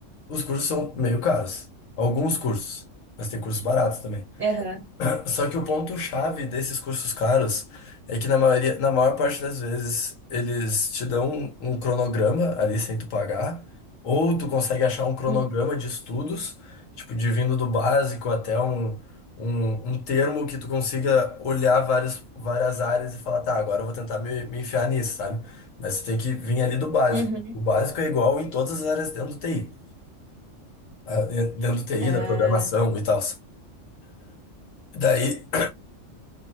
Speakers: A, on the left; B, on the right.
A: os cursos são meio caros. Alguns cursos, mas tem cursos baratos também.
B: aham,
A: Só que o ponto-chave desses cursos caros é que na maioria, na maior parte das vezes eles te dão um, um cronograma ali sem tu pagar, ou tu consegue achar um cronograma
B: hum,
A: de estudos, tipo, de vindo do básico até um, um, um termo que tu consiga olhar várias, várias áreas e falar, tá, agora eu vou tentar me, me enfiar nisso, sabe? Mas tu tem que vir ali do básico.
B: uhum,
A: O básico é igual em todas as áreas dentro do TI, ah, eh, dentro do TI,
B: ah,
A: da programação e tal. Daí